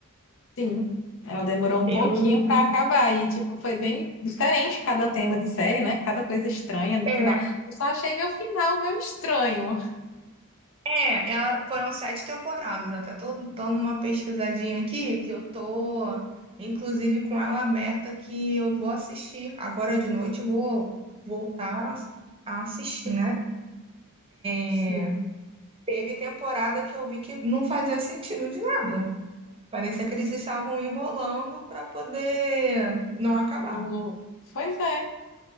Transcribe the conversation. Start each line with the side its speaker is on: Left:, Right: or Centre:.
Left: Sim, ela demorou um
Right: Eu,
Left: pouquinho pra acabar e, tipo, foi bem diferente cada tema de série, né? Cada coisa estranha no
Right: é,
Left: final. Eu só achei meu final meio estranho.
Right: É, ela, foram sete temporadas. Até tô dando uma pesquisadinha aqui, que eu tô, inclusive, com ela aberta, que eu vou assistir. Agora de noite eu vou voltar a assistir, né?
Left: Sim,
Right: É, Teve temporada que eu vi que não fazia sentido de nada. Parecia que eles estavam enrolando para poder não acabar,
Left: não, não... Pois é.